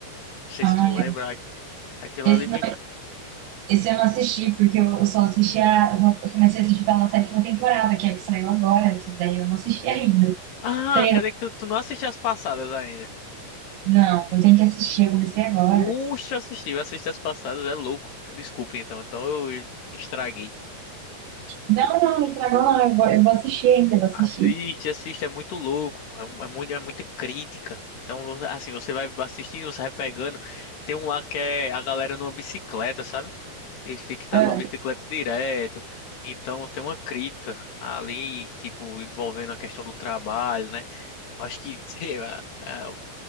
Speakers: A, on the left (about 65°); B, on the right (about 80°).
A: Não sei
B: Ah,
A: se tu lembra.
B: eu-
A: Aquela
B: esse,
A: ali me.
B: não, esse eu não assisti, porque eu, eu só assisti a. Eu só- eu comecei a assistir pela sétima temporada, que é a que saiu agora. Esse daí eu não assisti ainda.
A: Ah,
B: Seria.
A: quer dizer que tu, tu não assistiu as passadas ainda.
B: Não, eu tenho que assistir, eu comecei agora.
A: Uxa, assisti, eu assisti as passadas, é louco. Desculpe então, então eu estraguei.
B: Não, não, não estragou, não, eu vou, eu vou assistir ainda, eu vou assistir.
A: Assiste, assiste, é muito louco, pô, É, mu- é muito, é muita crítica. Então, assim, você vai assistindo, você vai pegando. Tem um lá que é a galera numa bicicleta, sabe? Eles têm que estar
B: Ah,
A: numa bicicleta direto. Então, tem uma crítica ali, tipo, envolvendo a questão do trabalho, né? Eu Acho que, <laughs> sei lá, ah,